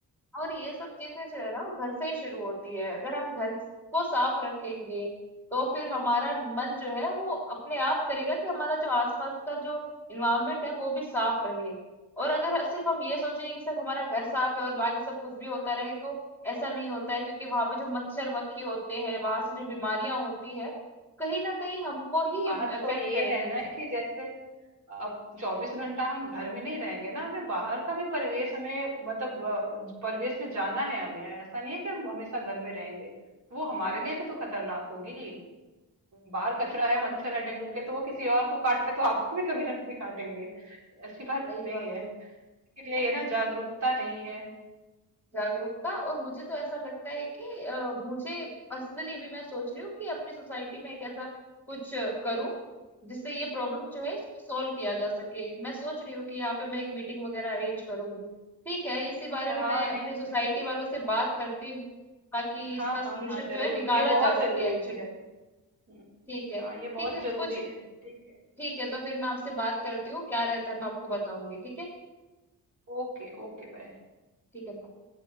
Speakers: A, in the centre; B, on the right.
A: और ये सब चीजें जो है ना वो घर से ही शुरू होती है अगर हम घर को साफ रखेंगे तो फिर हमारा मन जो है वो अपने आप करेगा कि हमारा जो आसपास का जो इन्वायरमेंट है वो भी साफ रहे और अगर सिर्फ हम ये सोचेंगे कि सिर्फ हमारा घर साफ है और बाकी सब कुछ भी होता रहे तो ऐसा नहीं होता है क्योंकि वहां पे जो मच्छर मक्खी होते हैं वहां से जो बीमारियां होती है कहीं ना कहीं हमको ही
B: बात
A: इफेक्ट
B: तो ये
A: करेगी
B: है ना कि जैसे अब चौबीस घंटा हम घर में नहीं रहेंगे ना हमें बाहर का भी परिवेश हमें मतलब अ, परिवेश में जाना है हमें ऐसा नहीं है कि हम हमेशा घर में रहेंगे वो हमारे लिए भी तो खतरनाक होगी बाहर
A: वही
B: कचरा
A: तो
B: है
A: बात
B: मच्छर
A: है
B: है डेंगू के तो वो किसी और को काट रहे तो आपको भी कभी ना कभी काटेंगे ऐसी बात
A: सही बात
B: नहीं है
A: है
B: लेकिन ये
A: हाँ
B: ये ना जागरूकता नहीं है
A: जागरूकता और मुझे तो ऐसा लगता है कि अ, मुझे पर्सनली अभी मैं सोच रही हूँ कि अपनी सोसाइटी में एक ऐसा कुछ अ, करूं जिससे ये प्रॉब्लम जो है सॉल्व किया जा सके मैं सोच रही हूँ कि यहाँ पे मैं एक मीटिंग वगैरह अरेंज करूंगी ठीक है इसी बारे
B: हाँ
A: में मैं
B: नहीं
A: अपनी
B: सही
A: सोसाइटी वालों से बात करती हूँ ताकि इसका
B: हाँ हाँ
A: सोल्यूशन
B: हाँ जरूर
A: जो है निकाला
B: ये बहुत
A: जा
B: जरूरी
A: सके एक्चुअली
B: है हम्म,
A: ठीक है
B: हाँ ये
A: ठीक
B: बहुत
A: है
B: जरूरी
A: कुछ
B: है ठीक है
A: ठीक है तो फिर मैं आपसे बात करती हूँ क्या रहता है मैं आपको बताऊंगी ठीक है
B: Okay okay bye
A: ठीक है bye।